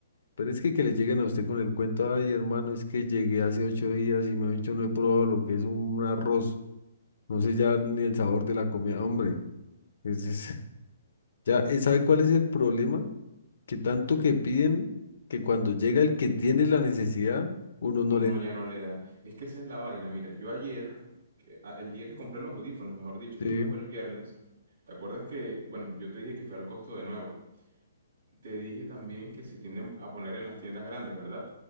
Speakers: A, on the left (about 60°); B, on the right (about 50°).
A: pero es que que le lleguen a usted con el cuento, ay hermano, es que llegué hace ocho días y me he hecho no he probado lo que es un arroz, no sé ya ni el sabor de la comida, hombre. es, es- ya, eh, ¿sabe cuál es el problema? Que tanto que piden que cuando llega el que tiene la necesidad, uno no
B: uno
A: le da.
B: ya no le da. Es que esa es la vaina. Mira, yo ayer, que- a- el día que compré los audífonos, mejor dicho,
A: Sí,
B: creo que fue el viernes, ¿te acuerdas que, bueno, yo te dije que fui al costo de nuevo? Te dije también que se tienden a poner en las tiendas grandes, ¿verdad?